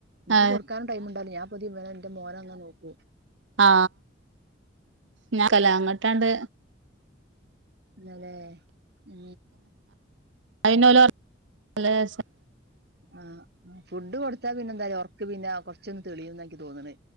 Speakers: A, on the right (about 55°); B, on the right (about 75°).
A: എനിക്ക്
B: ആ
A: കൊടുക്കാനും ടൈം ഉണ്ടാകില്ല ഞാൻ പതി ന്റെ മോന് അങ്ങനെ നോക്കും
B: ആ ഞാൻ കലങ്ങോട്ടാണ്ട്
A: അതേ ഉ
B: അയിന് ഒല് വന്ന് ശേഷം
A: ആ ഫുഡ് കൊടുത്താ പിന്നെ എന്തായാല ഒറക്ക് പിന്ന കൊറച്ചൊന്ന് തെളിയുംന്ന എനിക്ക് തോന്ണ്